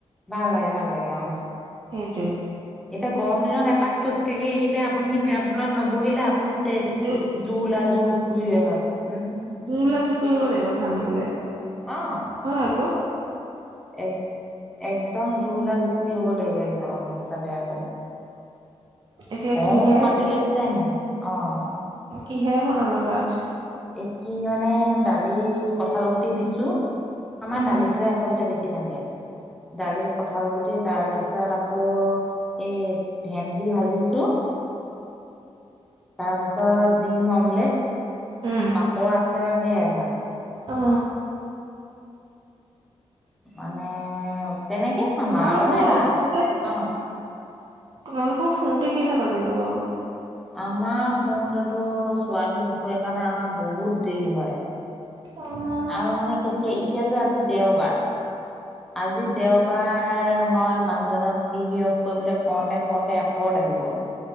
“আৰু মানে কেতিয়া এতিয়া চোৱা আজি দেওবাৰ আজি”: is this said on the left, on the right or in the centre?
Centre